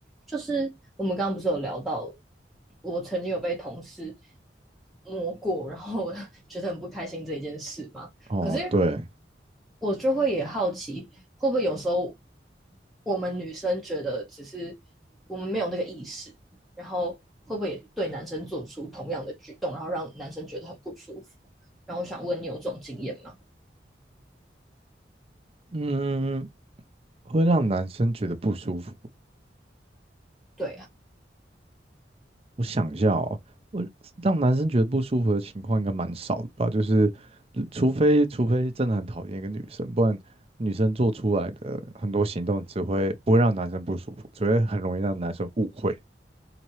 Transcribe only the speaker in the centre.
就是我们刚刚不是有聊到，我曾经有被同事摸过，然后我 <laughs> 觉得很不开心这一件事吗？
可是
我就会也好奇，会不会有时候我们女生觉得只是我们没有那个意识，然后会不会也对男生做出同样的举动，然后让男生觉得很不舒服？然后我想问你有这种经验吗？
对啊，